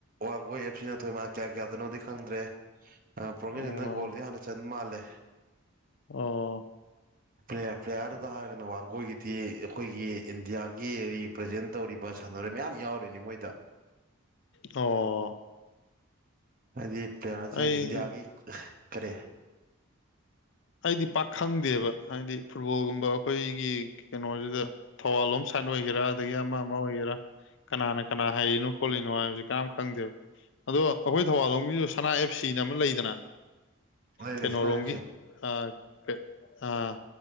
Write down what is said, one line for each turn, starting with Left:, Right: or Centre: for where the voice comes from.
Right: ꯋꯥꯡꯒꯣꯏ ꯑꯦꯞꯁꯤꯅ ꯊꯣꯏꯃꯥꯅꯦ ꯀꯌꯥ ꯀꯌꯥꯗꯅꯣꯗꯤ ꯈꯪꯗ꯭ꯔꯦ ꯑꯥ ꯄ꯭ꯔꯣꯕꯦꯁꯟꯅ
Left: ꯑꯣ
Right: ꯒꯣꯜꯗ ꯍꯥꯟꯅ ꯆꯟ ꯃꯥꯜꯂꯦ
Left: ꯑꯣ
Right: ꯭ꯄ꯭ꯂꯦꯋꯔ ꯄ꯭ꯂꯦꯋꯔꯗ ꯍꯥꯏꯔꯒꯅ ꯋꯥꯡꯒꯣꯏꯒꯤꯗꯤ ꯑꯩꯈꯣꯏꯒꯤ ꯏꯟꯗꯤꯌꯒꯤ ꯔꯤꯄ꯭ꯔꯖꯦꯟ ꯇꯧꯔꯤꯕ ꯁꯥꯟꯅꯔꯣꯏ ꯃꯌꯥꯝ ꯌꯎꯔꯤꯅꯤ ꯃꯣꯏꯗ
Left: ꯑꯣ
Right: ꯍꯥꯏꯗꯤ ꯄ꯭ꯂꯦꯋꯔꯁꯦ
Left: ꯑꯩ
Right: ꯏꯟꯗꯤꯌꯥꯒꯤ ꯀꯔꯤ
Left: ꯑꯩꯗꯤ ꯄꯥꯛꯈꯪꯗꯦꯕ ꯍꯥꯏꯗꯤ ꯐꯨꯠꯕꯣꯜꯒꯨꯝꯕ ꯑꯩꯈꯣꯏꯒꯤ ꯀꯩꯅꯣꯁꯤꯗ ꯊꯧꯕꯥꯜ ꯂꯣꯝ ꯁꯥꯏꯠ ꯑꯣꯏꯒꯦꯔ ꯑꯗꯒꯤ ꯑꯃ ꯑꯃ ꯑꯣꯏꯒꯦꯔ ꯀꯅꯥꯅ ꯀꯅꯥ ꯍꯩꯔꯤꯅꯣ ꯈꯣꯠꯂꯤꯅꯣ ꯍꯥꯏꯕꯕꯁꯤ ꯀꯅꯥꯝ ꯈꯪꯗꯦꯕ ꯑꯗꯣ ꯑꯩꯈꯣꯏ ꯊꯧꯕꯥꯜ ꯂꯣꯝꯒꯤꯁꯨ ꯁꯅ ꯑꯦꯞ ꯁꯤꯅ ꯑꯃ ꯂꯩꯗꯅ
Right: ꯂꯩ
Left: ꯀꯩꯅꯣꯔꯣꯝꯒꯤ
Right: ꯂꯩ ꯁꯅ ꯑꯦꯞ ꯁꯤ
Left: ꯑꯥ <unintelligible> ꯑꯥ